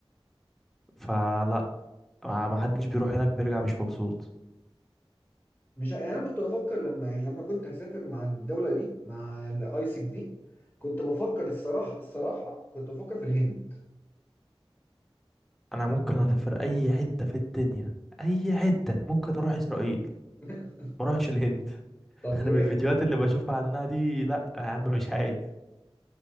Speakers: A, in the centre; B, on the left.
A: فلا ما ما حدش بيروح هناك بيرجع مش مبسوط
B: مش يعني انا كنت بفكر لما يعني لما كنت هسافر مع الدوله دي مع الايسك دي كنت بفكر الصراحه الصراحه كنت بفكر في الهند
A: انا ممكن اسافر اي حته في الدنيا اي حته ممكن اروح اسرائيل
B: <laughs>
A: ما اروحش الهند <laughs>
B: طب
A: انا
B: ليه
A: من الفيديوهات اللي بشوفها عنها دي لا يا عم مش عايز